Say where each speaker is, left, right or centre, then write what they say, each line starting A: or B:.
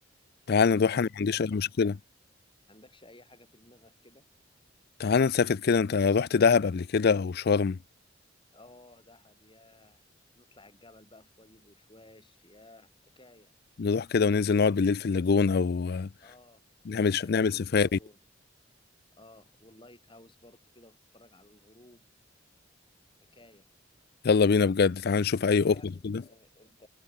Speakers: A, on the left; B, on the left.
A: تعال نروح
B: ولا
A: انا ما عنديش
B: عندك-
A: اي مشكله
B: عندكش اي حاجة في دماغك كده
A: تعال نسافر كده انت رحت دهب قبل كده او شرم
B: اه دهب ياه نطلع الجبل بقى في وادي الوشواش ياه حكاية
A: نروح كده وننزل نقعد بالليل في اللاجون او آه،
B: اه
A: نعمل
B: حكاية
A: ش... نعمل
B: البلو
A: سفاري
B: لاجون اه واللايت هاوس برضو كده وتتفرج على الغروب حكاية
A: يلا بينا بجد تعال نشوف اي اوفر
B: انت تع-
A: كده
B: آه، انت